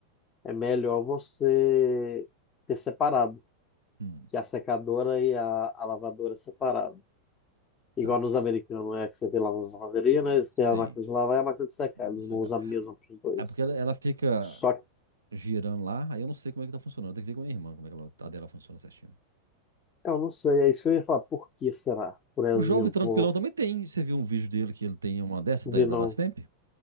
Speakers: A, on the left; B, on the right.
A: é melhor você ter separado.
B: Hum,
A: que a secadora e a, a lavadora é separado. Igual
B: tá.
A: nos americanos, é que você vê lá nas lavanderias, né? Eles têm a
B: Sim.
A: máquina de lavar e a máquina de secar.
B: Máquina
A: Eles
B: de
A: não
B: secar.
A: usam a mesma para os dois.
B: É porque ela, ela fica.
A: Só que
B: girando lá. Aí eu não sei como é que tá funcionando. Tem que ver com a minha irmã, como é que ela, a dela funciona certinho.
A: eu não sei, é isso que eu ia falar. Por que será? Por exemplo,
B: O jovem tranquilão também tem. Você viu um vídeo dele que ele tem uma dessa
A: vi
B: da, da
A: não,
B: Brastemp?